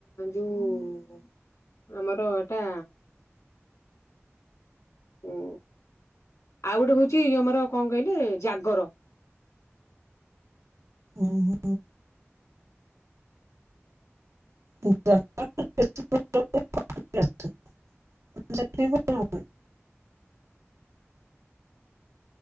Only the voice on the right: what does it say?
ଉଁ ହୁଁ। <inaudible>